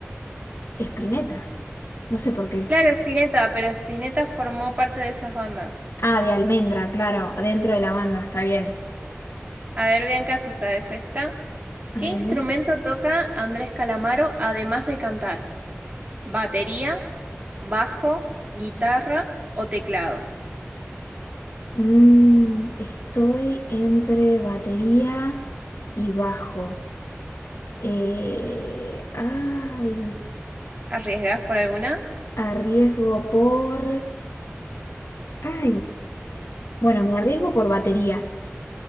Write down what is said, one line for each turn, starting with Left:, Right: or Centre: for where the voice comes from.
Left: Espineta. No sé por qué.
Right: Claro, Spinetta, pero Spinetta formó parte de esas bandas.
Left: Ah, de almendra, claro, dentro de la banda, está bien.
Right: A ver, Bianca, si sabes esta.
Left: A
Right: ¿Qué
Left: ver.
Right: instrumento toca Andrés Calamaro además de cantar? ¿Batería, bajo, guitarra o teclado?
Left: Mm, estoy entre batería y bajo. Eh, ay,
Right: ¿Arriesgás por alguna?
Left: Arriesgo por... Ay, bueno, me arriesgo por batería.